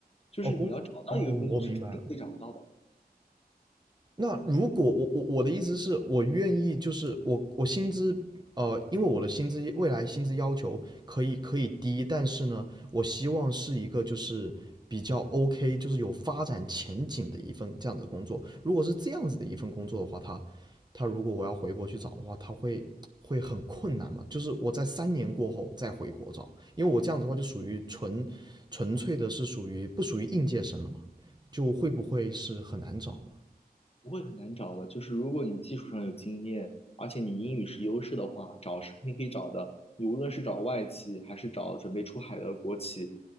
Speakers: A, on the left; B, on the right.
A: 就是你要找到一个工作是肯定可以找得到的。
B: 哦，工，哦，我明白了。那如果我我我的意思是我愿意，就是我我薪资呃，因为我的薪资未来薪资要求可以可以低，但是呢，我希望是一个就是比较 OK，就是有发展前景的一份这样子的工作。如果是这样子的一份工作的话，他他如果我要回国去找的话，他会会很困难嘛？就是我在三年过后再回国找，因为我这样子的话就属于纯纯粹的是属于不属于应届生了嘛？就会不会是很难找的？
A: 不会很难找的，就是如果你技术上有经验，而且你英语是优势的话，找是肯定可以找的。你无论是找外企，还是找准备出海的国企，